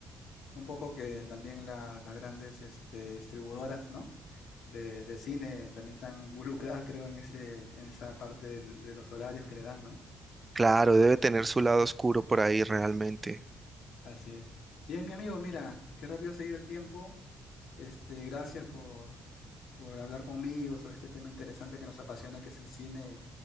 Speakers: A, on the left (about 75°); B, on the right (about 25°).
A: Un poco que también la- las grandes este, distribuidoras, ¿no? De, de cine también están <laughs> involucradas, creo, en ese, en esa parte del- de los horarios que le dan, ¿no?
B: Claro, debe tener su lado oscuro por ahí realmente.
A: Así es. Bien, mi amigo, mira, qué rápido se ha ido el tiempo. Este, gracias por, por hablar conmigo sobre este tema interesante que nos apasiona, que es el cine,